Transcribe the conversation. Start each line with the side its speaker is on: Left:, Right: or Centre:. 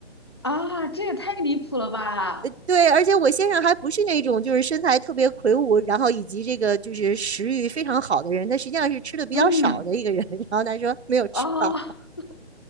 Left: 啊，这也太离谱了吧！
Right: 对，而且我先生还不是那种就是身材特别魁梧，然后以及这个就是食欲非常好的人，他实际上是吃的比较少的一个人。
Left: 嗯，
Right: <laughs> 然后他说没有吃饱，
Left: 啊，